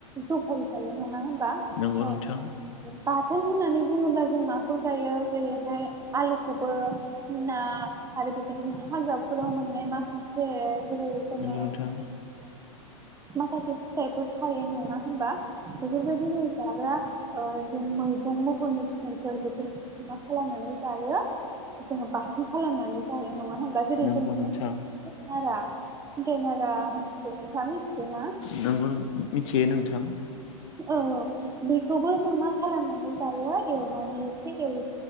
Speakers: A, on the right; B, on the left.
A: जगायखायो नङा होनबा
B: नंगौ
A: औ
B: नोंथां
A: उम बाथोन होननानै बुङोब्ला जों माखौ जायो जेरैहाय आलुखौबो ना आरो बेबायदिनो हाग्राफोराव मोननाय माखासे जेरै जोङो
B: नंगौ नोंथां
A: माखासे फिथाइफोर थायो नङा होनबा बेफोरबायदिनो जाग्रा ओ जों मै गोबां महरनि फिथाइफोर बेफोरखौ मा खालामनानै जायो जोङो बाथोन खालामनानै जा जायो नङा होनबा जेरै
B: नंगौ
A: जों बुंनो
B: नोंथां नंगौ नोंथां
A: खुन्थाइ नारा होननायखौ नोंथांआ मिथि दंङा
B: नोंगौ मिथियो नोंथां
A: औ औ बेखौबो जों मा खालामनानै जायो एवनानै एसे एवो